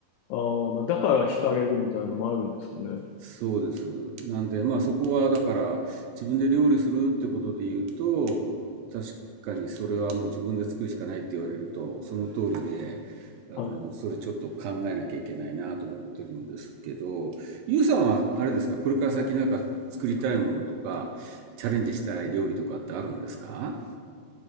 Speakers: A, on the left; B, on the right.
A: あー、まあ、だから惹かれるみたいなのもあるんですかね。
B: そうです。なんで、まあそこはだから自分で料理するってことで言うと、確かにそれはもう自分で作るしかないって言われると、その通りで、あの、
A: はい。
B: それちょっと考えなきゃいけないなと思ってるんですけど、ゆうさんはあれですか、これから先なんか作りたいものとか、チャレンジしたい料理とかってあるんですか